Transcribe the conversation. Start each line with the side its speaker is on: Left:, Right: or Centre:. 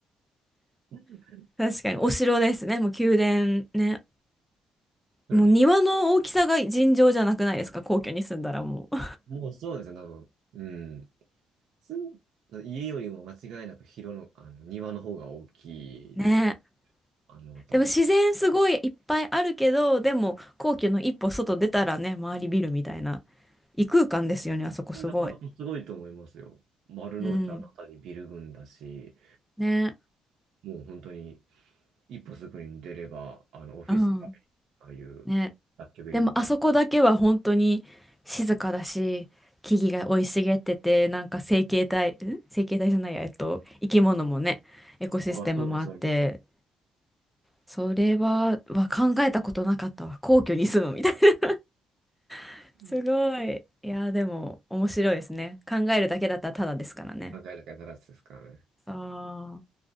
Right: <laughs>
Centre: <laughs> 確かに、お城ですね。もう宮殿ね。
Right: そのり
Centre: もう庭の大きさが尋常じゃなくないですか皇居に住んだらもう。
Right: もうそうですね、多分。うん。すん家よりも間違いなく広の、あの、庭の方が大きいです。
Centre: <laughs> ねえ。
Right: あの辺り。
Centre: でも自然すごいいっぱいあるけど、でも皇居の一歩外出たらね、周りビルみたいな。異空間ですよね、あそこすごい。
Right: なかなかすごいと思いますよ。丸の内あの辺りビル群だし。
Centre: うん。ねえ。
Right: もう本当に一歩すぐに出れば、あの、オフィス街、
Centre: うん。
Right: ああいう雑居ビルが。
Centre: ねでもあそこだけは本当に静かだし、木々が生い茂ってて、なんか生形態、ん生形態じゃないや、えっと、生き物もね、エコシステムもあって、
Right: ああ、そうです、そうです。
Centre: それは、は考えたことなかったわ。皇居に住むみたいな。<laughs>
Right: ん
Centre: すごい。いやーでも面白いですね。考えるだけだったらただですからね。
Right: 何階だからつですからね。
Centre: ああ。